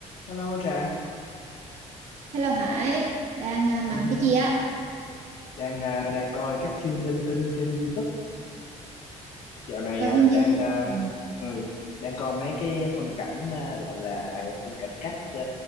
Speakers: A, on the left; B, on the right.
A: Hello Trà,
B: Hello Hải, đang à, mằng
A: Ừ hừ.
B: cái gì á?
A: đang à, đang coi các phim linh tinh trên YouTube dạo này
B: Coi
A: à,
B: phim
A: đang
B: chứ?
A: à,
B: Ừ.
A: ừ, đang coi mấy cái phân cảnh à, gọi là phân cảnh cắt ờ,